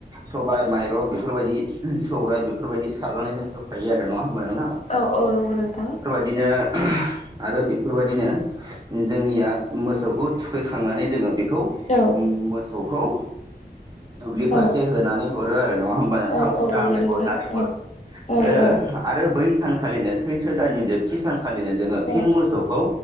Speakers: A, on the right; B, on the left.
A: सबायाइ माइरं बेफोरबायदि सौराइ बेफोरबायदि सारनानै जों होफायो आरो नङा ह होनबा नोंनाौ?
B: औ औ नंगौ नोंथां।
A: बिदिनो आरो बेफोरबादिनो जोंनिया मोसौखौ थुखैखांनानै जोङो बेखौ
B: औ
A: मो-मोसौखौ दुब्लि फारसे
B: औ
A: होनानै हरो आरो नङा होमबा नोंथां
B: औ औ
A: उदाङै
B: नंगौ नोंथां
A: होनानै हरो
B: औ औ
A: आरो
B: औ
A: आरो बै सानखालिनो सैथो दाननि जोबथि सानखालिनो जोङो फिन
B: औ
A: मोसौखौ